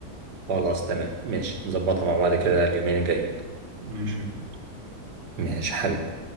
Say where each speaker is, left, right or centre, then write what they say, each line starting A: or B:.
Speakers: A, on the right; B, on the right.
A: خلاص تمام ماشي نظبطها مع بعض كده اليومين الجايين
B: ماشي يا كبير
A: ماشي حبيبي